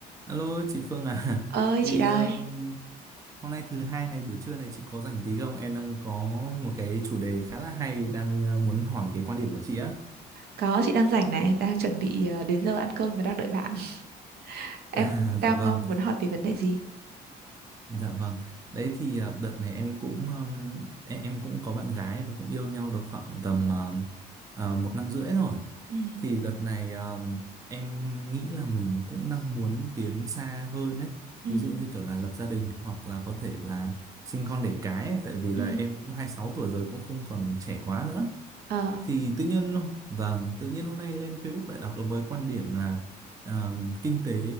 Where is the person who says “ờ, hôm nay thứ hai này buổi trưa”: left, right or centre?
Right